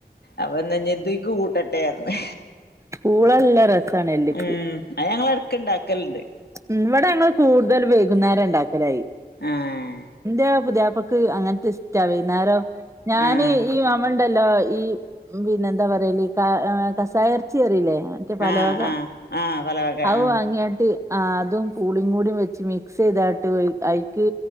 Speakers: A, on the left; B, on the right.
A: അപ്പൊ എന്ന ഇനി ഇത് കൂട്ടട്ടേയെന്ന്
B: പൂള നല്ല രസാണ് എല്ല്ക്ക്
A: ഉം അത് ഞങ്ങള് ഇടക്കുണ്ടാക്കലുണ്ട്
B: ഉം ഇവിടെ ഞങ്ങള് കൂടുതൽ വൈകുന്നേരം ഇണ്ടാക്കലായി
A: ആഹ്
B: എന്റെ പുതിയാ പ്പക്ക് അങ്ങനത്തെ ഇഷ്ടാ വൈകുന്നേരം ഞാന്
A: ആഹ്
B: ഈ മാമന്റെ ല്ലോ ഈ പിന്നെന്താ പറയല് ഈ ക കസായ ഇറച്ചി അറീല്ലേ മറ്റേ പലവക
A: ആഹ് ആഹ് ആഹ് പലവക
B: അവ
A: ആഹ്
B: വാങ്ങിയാട്ട് ആഹ് അതും പൂളിയും കൂടിയും വെച്ച് മിക്സ് ചെയ്താട്ട് അയിക്ക്